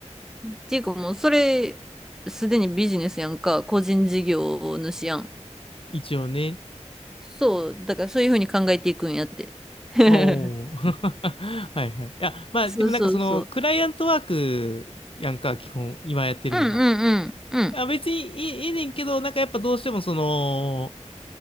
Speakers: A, in the centre; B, on the left (about 50°).
A: っていうかもう、それ、すでにビジネスやんか、個人事業主やん。
B: 一応ね。
A: そう、だからそういうふうに考えていくんやって。<laughs>
B: おー。<laughs> はいはい。いや、まあ、
A: そうそうそう。
B: でもなんかその、クライアントワークやんか、基本、今やってるのが。
A: うんうんうん。うん。
B: あ、別にいい、いいねんけど、なんかやっぱどうしてもその、